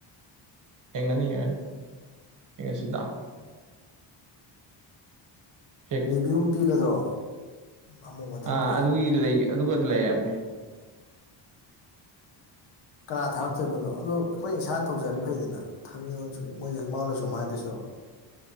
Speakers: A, on the right; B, on the left.
A: ꯌꯦꯡꯉꯅꯤ ꯌꯦꯔꯦ ꯌꯦꯡꯉꯁꯤꯗꯥ꯫ ꯐꯦꯛ
B: ꯔꯤꯚꯤꯌꯨ ꯄꯤꯒꯗ꯭ꯔꯣ ꯑꯃꯨꯛ꯫ ꯃꯊꯪꯒꯤ
A: ꯑꯥ ꯑꯗꯨꯒꯤ ꯂꯩ ꯑꯗꯨꯒ ꯂꯩ ꯍꯥꯢꯕꯅꯦ꯫
B: ꯀꯅꯥ ꯊꯥꯔꯛꯇꯣꯏꯕꯗꯣ ꯑꯗꯣ ꯑꯩꯈꯣꯏ ꯏꯁꯥꯅ ꯊꯧꯔꯗꯤ ꯐꯩꯗꯅ ꯊꯃꯦꯡꯉꯣꯟꯗ ꯁ ꯃꯣꯏꯁꯨ ꯃꯉꯣꯟꯗ ꯁꯨꯝ ꯍꯥꯏꯗꯣꯏ ꯁꯥꯔꯣꯛ꯫